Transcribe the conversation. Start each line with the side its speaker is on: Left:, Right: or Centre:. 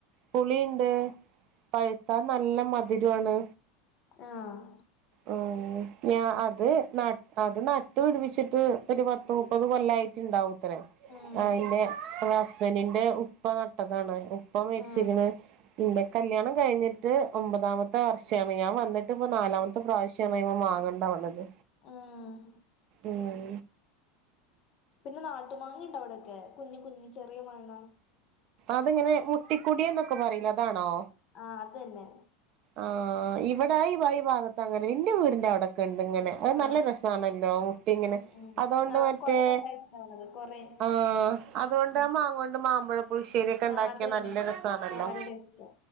Right: പുളീണ്ട് പഴുത്താ നല്ല മധുരാണ്
Left: ആഹ്
Right: ഓ ഞാ അത് അത് നട്ട് പിടിപ്പിച്ചിട്ട് ഒരു പത്ത് മുപ്പത് കൊല്ലായിട്ടുണ്ടാവും ത്ര
Left: ഉം
Right: എന്റെ ഹസ്ബന്റിന്റെ ഉപ്പ നട്ടതാണ് ഇപ്പോ മരിച്ചിക്ക്ണ്
Left: ആ
Right: ഇന്റെ കല്യാണം കഴിഞ്ഞിട്ട് ഒമ്പതാമത്തെ വർഷാണ് ഞാൻ വന്നിട്ട് ഇപ്പ നാലാമത് പ്രാവശ്യാണ് അയ്മെ മാങ്ങേണ്ടാവ്ണത്
Left: ഉം
Right: ഉം
Left: പിന്നെ നാട്ടു മാങ്ങയുണ്ടോ അവിടെയൊക്കെ കുഞ്ഞ് കുഞ്ഞ് ചെറിയ മാങ്ങ
Right: അതിങ്ങനെ മുത്തിക്കുടി എന്നൊക്കെ പറീലേ അതാണോ
Left: ആഹ് അതന്നെ
Right: ആഹ് ഇവിടെ ഈ ഭൈ ഭാഗത്ത് അങ്ങനെ എന്റെ വീടിന്റെ അവിടെക്കെ ഇണ്ട് ഇങ്ങനെ അത്
Left: ആ
Right: നല്ല രസാണല്ലോ ഊട്ടിങ്ങനെ ഇങ്ങനെ
Left: ഉം ഉം
Right: അതുകൊണ്ട്
Left: ആ
Right: മറ്റേ
Left: കൊല കൊലായിട്ടുണ്ടാവണത് കൊറേ
Right: ആഹ് അതുകൊണ്ട്
Left: ഉം
Right: ആഹ് മാങ്ങ കൊണ്ട് മാമ്പളപുളിശേരി ഒക്കെ ഇണ്ടാക്കിയാ
Left: ആ അതന്നെ
Right: നല്ല രസാണല്ലോ
Left: ആ നല്ല ടേസ്റ്റാ